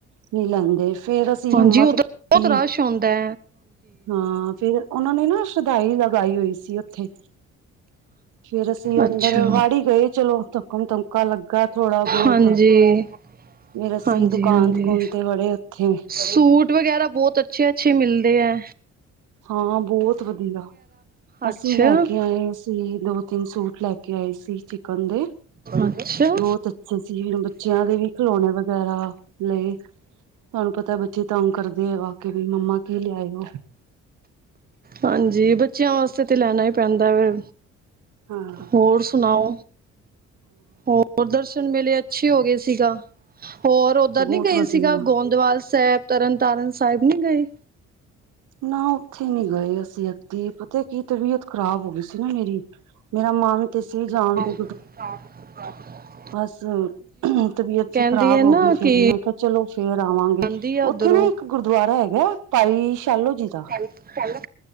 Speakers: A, on the right (about 85°); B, on the right (about 30°).
A: ਨਹੀਂ ਲੈਂਦੇ। ਫੇਰ ਅਸੀਂ
B: ਹਂਜੀ,
A: ਹਿੰਮਤ
B: ਔ ਤਾਂ
A: ਕੀਤੀ
B: ਬੋੱਤ ਰਸ਼ ਹੁੰਦੈ।
A: ਹਾਂ ਫਿਰ ਉਨਾਂ ਨੇ ਨਾ ਸ਼ਦਾਈ ਲਗਾਈ ਹੋਈ ਸੀ ਉੱਥੇ। ਫੇਰ ਅਸੀਂ
B: ਅੱਛਾ
A: ਅੰਦਰ ਵੜ ਈ ਗਏ ਚਲੋ ਧੱਕਮ ਧਮਕਾ ਲੱਗਾ ਥੋੜਾ ਬੋੱਤ।
B: ਹਾਂਜੀ
A: ਫੇਰ ਅਸੀਂ
B: ਹਾਂਜੀ
A: ਦੁਕਾਨ
B: ਹਾਂਜੀ
A: ਦੁਕੂਨ ਤੇ ਵੜੇ। ਉੱਥੇ
B: ਸੂਟ ਵਗੈਰਾ ਬੋੱਤ ਅੱਛੇ, ਅੱਛੇ ਮਿਲਦੇ ਐ।
A: ਹਾਂ ਬੋੱਤ ਵਧੀਆ ਅਸੀਂ
B: ਅੱਛਾ
A: ਲੈ ਕੇ ਆਏ ਸੀ ਦੋ ਤਿੰਨ ਸੂਟ ਲੈ ਕੇ ਕੇ ਆਏ ਸੀ ਚਿਕਨ ਦੇ
B: ਅੱਛਾ
A: ਬੋੱਤ ਅੱਛੇ ਸੀ ਬੱਚਿਆਂ ਦੇ ਵੀ ਖਿਲੋਨੇ ਵਗੈਰਾ। ਲਏ ਤੁਨੂੰ ਪਤਾ ਬੱਚੇ ਤੰਗ ਕਰਦੇ ਆ ਵਾਕੇ ਮੰਮਾ ਕੀ ਲਿਆਏ ਔ।
B: ਹਂਜੀ, ਬੱਚਿਆਂ ਵਾਸਤੇ ਤੇ ਲੈਨਾ ਈ ਪੈਂਦਾ ਵੇ।
A: ਹਾਂ
B: ਹੋਰ ਸੁਨਾਔ ਹੋਰ। ਹੋਰ ਦਰਸ਼ਨ ਮੇਲੇ ਅੱਛੇ ਹੋ ਗਏ ਸੀਗਾ ਹੋਰ ਔਧਰ
A: ਬਹੁਤ
B: ਨੀ ਗਏ
A: ਵਧੀਆ
B: ਸੀਗਾ ਗੋਂਦਵਾਲ ਸਾਹਿਬ। ਤਰਨਤਾਰਨ ਸਾਹਿਬ ਨੀ ਗਏ।
A: ਨਾ। ਉੱਥੇ ਨੀ ਗਏ ਅਸੀਂ ਅਗੇ ਪਤਾ ਕੀ ਤਬੀਅਤ ਖ਼ਰਾਬ ਹੋ ਗਈ ਸੀ ਨਾ ਮੇਰੀ ਮੇਰਾ ਮਨ ਤੇ ਸੀ ਜਾਨਤੇ।
B: ਸਾਫ ਦੁਵਾਰੇ।
A: ਬਸ ਤਬੀਅਤ
B: ਕਹਿੰਦੀ
A: ਜੀ ਖ਼ਰਾਬ
B: ਹੈ
A: ਹੋ
B: ਨਾ
A: ਗਈ। ਫਿਰ
B: ਕਿ
A: ਮੈਂ ਕਿਹਾ ਚਲੋ ਫੇਰ ਆਵਾਂਗੇ।
B: ਆਂਦੀ ਆ ਉੱਧਰੋਂ
A: ਉੱਥੇ ਨਾ ਇੱਕ ਗੁਰਦੁਆਰਾ ਹੈਗਾ ਭਾਈ ਸ਼ਾਲੋ ਜੀ ਦਾ।
B: ਸਾਲੋ